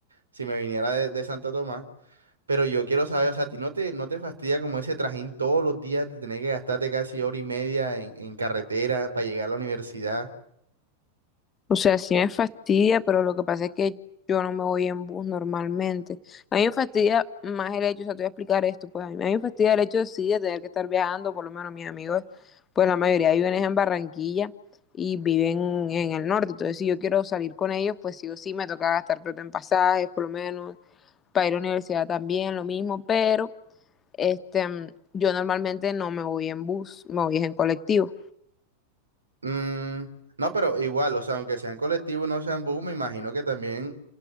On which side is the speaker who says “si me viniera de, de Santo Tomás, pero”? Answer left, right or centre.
Right